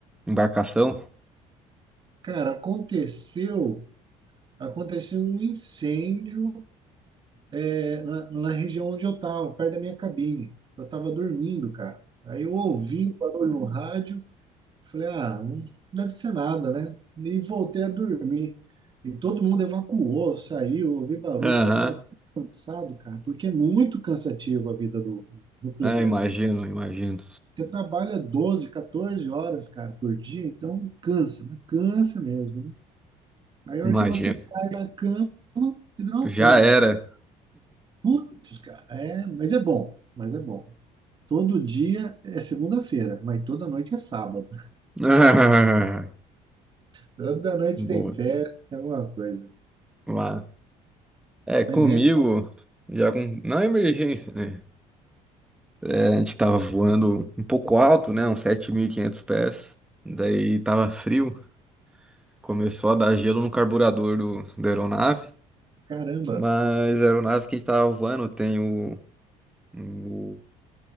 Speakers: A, in the centre; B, on the right (about 30°).
A: embarcação?
B: Cara, aconteceu, aconteceu um incêndio. é, na, na região onde eu estava, perto da minha cabine. Eu estava dormindo, cara. Aí eu ouvi o barulho no rádio, falei, ah, não deve ser nada, né? E voltei a dormir. E todo mundo evacuou, saiu, eu ouvi barulho,
A: Aham.
B: mas eu estava cansado, cara, porque é muito cansativo a vida do, do cruzeiro.
A: Ah, imagino, imagino.
B: Você trabalha 12, 14 horas, cara, por dia, então cansa, mas cansa mesmo, né? Aí a
A: Imagino.
B: hora que você cai na cama, você vira uma
A: Já
B: pedra.
A: era.
B: Putz, cara, é, mas é bom, mas é bom. Todo dia é segunda-feira, mas toda noite é sábado.
A: <laughs> Ah,
B: Toda noite
A: boa.
B: tem festa, tem alguma coisa.
A: Lá. É, comigo,
B: É bem legal.
A: já com. Não é emergência, né? É, a gente tava voando um pouco alto, né? Uns 7.500 pés. Daí tava frio. Começou a dar gelo no carburador do, da aeronave.
B: Caramba.
A: Mas a aeronave que a gente tava voando tem o, o,